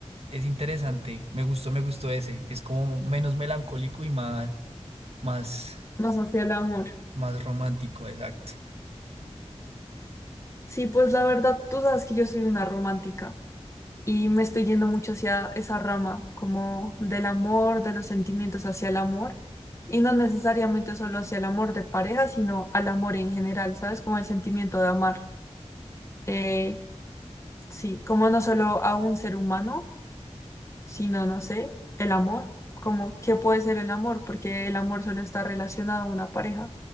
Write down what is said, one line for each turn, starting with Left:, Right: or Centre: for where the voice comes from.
Right: es interesante. Me gustó, me gustó ese. Es como menos melancólico y más, más,
Left: más hacia el amor.
Right: más romántico, exacto.
Left: Sí, pues la verdad, tú sabes que yo soy una romántica y me estoy yendo mucho hacia esa rama, como del amor, de los sentimientos hacia el amor, y no necesariamente solo hacia el amor de pareja, sino al amor en general, ¿sabes? Como el sentimiento de amar. Eh, sí, como no solo a un ser humano, sino, no sé, el amor, como qué puede ser el amor, porque el amor solo está relacionado a una pareja.